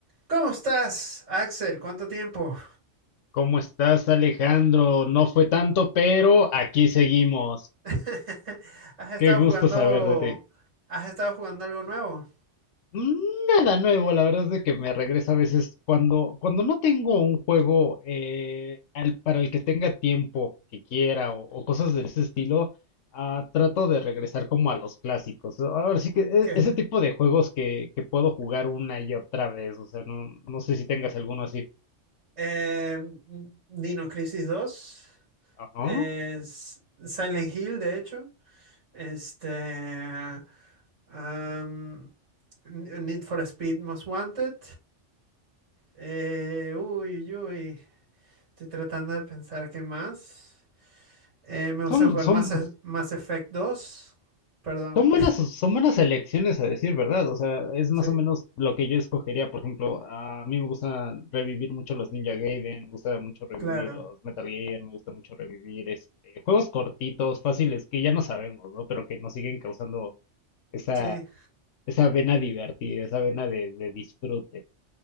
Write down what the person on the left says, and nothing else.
¿Cómo estás, Alejandro? No fue tanto, pero aquí seguimos.
Qué
gusto saber de ti.
Mm, Nada nuevo, la verdad es de que me regresa a veces cuando, cuando no tengo un juego eh, al- para el que tenga tiempo que quiera o, o cosas de ese estilo, ah, trato de regresar como a los clásicos. Ahora sí que e-
ese tipo de juegos que, que puedo jugar una y otra vez, o sea, no, no sé si tengas alguno así.
Ajá.
Son,
son,
Son buenas, son buenas elecciones a decir verdad, o sea, es más
o menos lo que yo escogería, por ejemplo, a mí me gusta revivir mucho los Ninja Gaiden, me gusta mucho revivir
los Metal Gear, me gusta mucho revivir este, juegos cortitos, fáciles, que ya no sabemos, ¿no? Pero que nos siguen causando esa,
esa vena divertida, esa vena de, de disfrute.